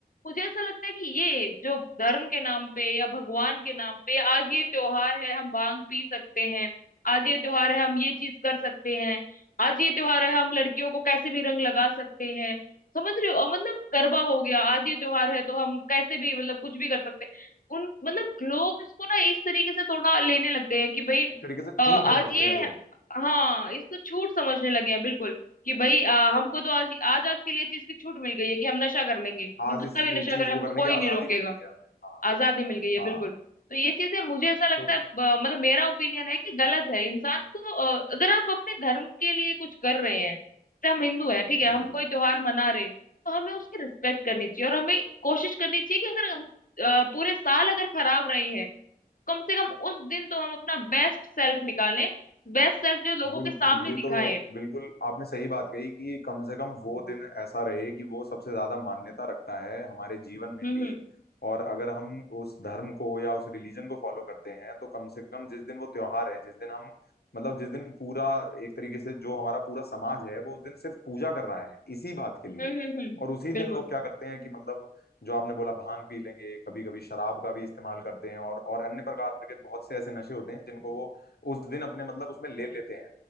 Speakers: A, on the left (about 60°); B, on the left (about 80°).
A: मुझे ऐसा लगता है कि ये जो धर्म के नाम पे या भगवान के नाम पे आज ये त्योहार है हम भांग पी सकते हैं आज ये त्योहार है हम ये चीज कर सकते हैं आज ये त्योहार है हम लड़कियों को कैसे भी रंग लगा सकते हैं समझ रहे हो अ, मतलब गरबा हो गया आज ये त्योहार है तो हम कैसे भी मतलब कुछ भी कर सकते हैं उन मतलब लोग इसको ना इस तरीके से थोड़ा लेने लग गए हैं कि भाई
B: एक तरीके से छूट
A: अ, आज
B: समझते
A: ये
B: हैं लोग
A: हाँ इसको छूट समझने लगे हैं बिल्कुल कि भाई अ, हमको तो आज आज आज के लिए चीज की छूट मिल गई है कि हम नशा कर लेंगे
B: आज
A: हम कितना
B: इस
A: भी नशा
B: चीज
A: करें
B: को
A: हमको
B: करने
A: कोई
B: की
A: नहीं
B: आजादी
A: रोकेगा
B: मिल गई है हमें हाँ
A: आजादी मिल गई है बिल्कुल
B: हाँ
A: तो ये चीजें मुझे ऐसा लगता
B: तो
A: है ब- मतलब मेरा ओपिनियन है कि गलत है इंसान को अ, अगर आप अपने धर्म के लिए कुछ कर रहे हैं जैसे हम हिंदू हैं ठीक है
B: जी
A: हम कोई
B: जी
A: त्योहार मना रहे हैं तो हमें उसकी रिस्पेक्ट करनी चाहिए और हमें कोशिश करनी चाहिए कि अगर हम अ, पूरे साल अगर खराब रहे हैं कम से कम उस दिन तो हम अपना बेस्ट सेल्फ निकालें बेस्ट सेल्फ जो लोगों
B: बिल्कुल
A: के सामने
B: ये तो
A: दिखाएं
B: बिल्कुल आपने सही बात कही कि कम से कम वो दिन ऐसा रहे कि वो सबसे ज्यादा मान्यता रखता है हमारे जीवन में
A: हम्म
B: भी
A: हम्म
B: और अगर हम उस धर्म को या उस रिलीजन को फॉलो करते हैं तो कम से कम जिस दिन वो त्योहार है जिस दिन हम मतलब जिस दिन पूरा एक तरीके से जो हमारा पूरा समाज है वो उस दिन सिर्फ पूजा कर रहा है इसी बात के लिए
A: हम्म हम्म हम्म,
B: और उसी
A: बिल्कुल
B: दिन लोग क्या करते हैं कि मतलब जो आपने बोला भांग पी लेंगे कभी कभी शराब का भी इस्तेमाल करते हैं और और अन्य प्रकार के बहुत से ऐसे नशे होते हैं जिनको वो उस दिन अपने मतलब उसमें ले लेते हैं